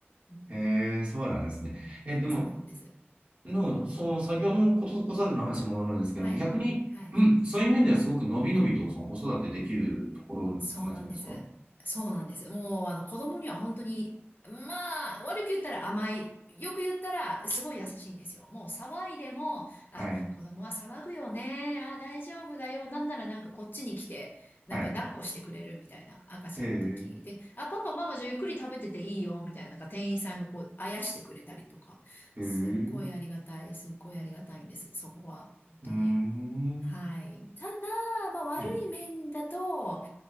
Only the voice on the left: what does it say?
うん
そうなんです。
はい。
はい。
そうなんです。そうなんです。もう、あの、子供には本当に、まあ、悪く言ったら甘い。よく言ったら、すごい優しいんですよ。もう騒いでも、あ、
子供は騒ぐよね。あ、大丈夫だよ。なんならなんかこっちに来て、なんか抱っこしてくれるみたいな赤ちゃんの時で、
あ、パパ、ママじゃあゆっくり食べてていいよ。みたいな、なんか店員さんがこう、あやしてくれたりとか。
すっごいありがたい。
すっごいありがたいんです。そこは。本当に。
はい。ただ、まあ悪い面だと、